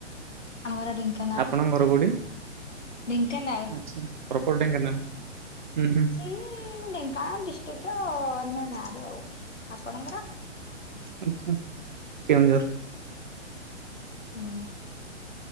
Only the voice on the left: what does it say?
ଆମ ଘର ଢେଙ୍କା
ଢେଙ୍କାନାଳ।
ଏ ଢେଙ୍କାନାଳ ଡିଷ୍ଟ୍ରିକ୍ ର ଅନ୍ୟ ଗାଁରେ ଆଉ ଆପଣଙ୍କର?
ହୁଁ।